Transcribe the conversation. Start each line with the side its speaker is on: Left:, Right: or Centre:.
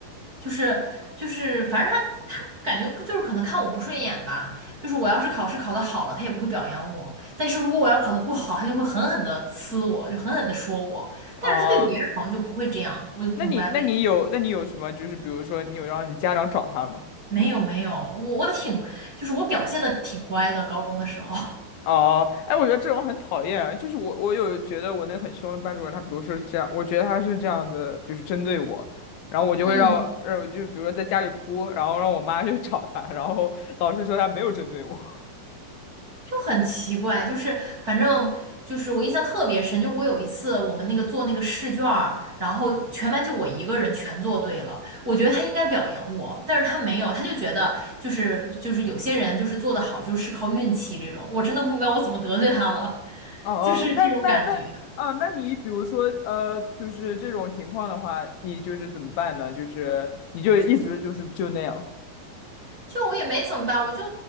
Right: 就是就是，反正他他感觉就是可能看我不顺眼吧。就是我要是考试考得好了，他也不会表扬我；但是如果我要考得不好，他就会狠狠的呲我，就狠狠的说我。
Left: 哦，
Right: 但是他对别人好像就不会这样，我就不明白为什么。
Left: 那你那你有那你有什么就是比如说你有让你家长找他吗？
Right: 没有没有，我我挺就是我表现的挺乖的，高中的时候。<laughs>
Left: 哦，哎，我觉得这种很讨厌。就是我，我有觉得我那个很凶的班主任，他比如说是这样，我觉得他是这样的，就是针对我，然后我就会让，
Right: 嗯
Left: 让就比如说在家里哭，然后让我妈去找他，然后老师说他没有针对我。
Right: 就很奇怪，就是反正就是我印象特别深，就我有一次我们那个做那个试卷儿然后全班就我一个人全做对了，我觉得他应该表扬我，但是他没有，他就觉得就是就是有些人就是做得好就是靠运气这种，我真的不明白我怎么得罪他了，
Left: 哦哦，
Right: 就是这种感觉，
Left: 那那那啊，那你比如说呃，就是这种情况的话，你就是怎么办呢？就是你就一直就是就那样
Right: 就我也没怎么办，我就